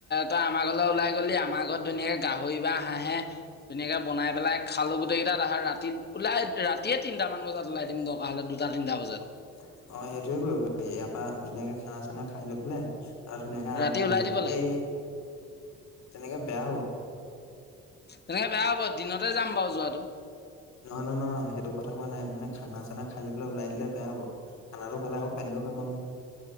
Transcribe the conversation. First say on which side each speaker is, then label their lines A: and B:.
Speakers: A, on the left; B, on the left.
A: তই আমাৰ ঘৰলৈ ওলাই গলি আমাৰ ঘৰত ধুনীয়াকে গাহৰি বা হাঁহে ধুনীয়াকে বনাই পেলাই খালো গোটেই কেইটাতাই, ৰাতি ওলাই ৰাতিয়ে তিনটামান বজাত ওলাই দিম দৰকাৰ হ'লে দুটা তিনটা বজাত।
B: অঁ, সেইটোয়ে কৰিব পাৰি, ইয়াৰ পৰা ধুনীয়াকে খানা চানা খাই লৈ পেলাই। আৰু ধুনীয়া কৈ আৰামত
A: ৰাতি
B: ওলাই
A: দিব
B: আহিব পাৰি।
A: লাগে
B: তেনেকৈ বেয়া হ'ব।
A: তেনেকে বেয়া হ'ব দিনতে যাম বাৰু যোৱাতটো।
B: নহয় নহয় নহয়, সেইটো কথা কোৱা নাই মানে খানা চানা খাই পেলাই ওলাই দিলে বেয়া হ'ব খানাটো খালে আকৌ পানীটোও খাব নহয়।